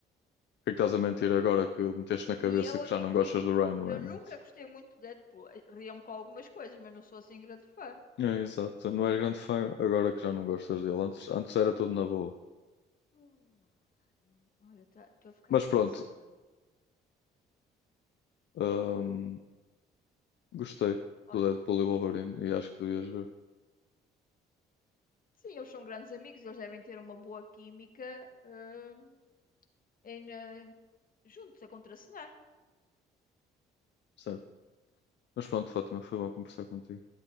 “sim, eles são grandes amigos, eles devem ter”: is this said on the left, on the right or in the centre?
Left